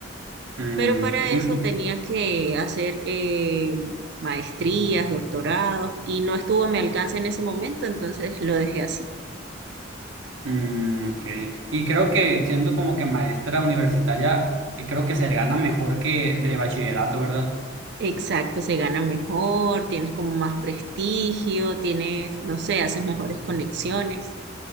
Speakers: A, on the right; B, on the right.
A: Mm,
B: pero para
A: ok. Y,
B: eso tenía
A: y-
B: que hacer eh, maestrías, doctorados y no estuvo a mi alcance en ese momento, entonces lo dejé así.
A: mm, ok. Y creo que siendo como que maestra universitaria, eh, creo que se gana mejor que de bachillerato, ¿verdad?
B: Exacto, se gana mejor, tienes como más prestigio, tienes, no sé, haces mejores conexiones.